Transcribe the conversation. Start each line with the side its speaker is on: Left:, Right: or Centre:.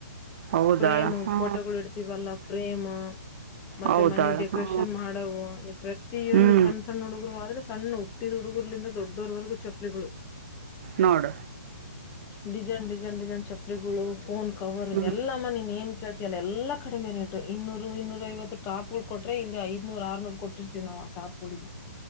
Right: ಹೌದಾಳ
Left: ಫ್ರೇಮ್
Right: ಹ್ಞೂ
Left: ಫೋಟೋಗೋಳ್ ಇಡ್ತಿವಲ್ಲ ಫ್ರೇಮ್ ಮತ್ತೆ
Right: ಹೌದಾಳ
Left: ಮನೆಗ್ ಡೆಕೋರೇಷನ್
Right: ಹ್ಞೂ
Left: ಮಾಡವು ಪ್ರತಿಯೊಂದು
Right: ಹ್ಞೂ
Left: ಸಣ್ಣ ಸಣ್ಣ ಹುಡುಗರು ಆದ್ರೆ ಸಣ್ಣವು <unintelligible> ಟ್ಟಿದ್ ಹುಡುಗುರ್ಲಿಂದ ದೊಡ್ಡೋರ್ವರೆಗೂ ಚಪ್ಲಿಗಳು
Right: ನೋಡ್
Left: ಡಿಜೇನ್ ಡಿಜೇನ್ ಡಿಜೇನ್ ಚಪ್ಲಿಗಳು ಫೋನ್ ಕವರ್
Right: ಹ್ಞೂ
Left: ಎಲ್ಲಮ್ಮ ನೀನ್ ಏನ್ ಕೇಳ್ ಇಲ್ಲ ಎಲ್ಲಾ ಕಡಿಮೆ ರೇಟ್ ಇನ್ನೂರು ಇನ್ನೂರ ಐವತ್ತು ಟಾಪ್ ಹುಡ್ ಕೊಟ್ರೆ ಇಲ್ಲಿ ಐದನೂರ್ ಆರ್ರ್ ಕೊಟ್ಟಿತತಿವಿ ನಾವವು ಆ ಟಾಪ್ ಹುಡುಗೆ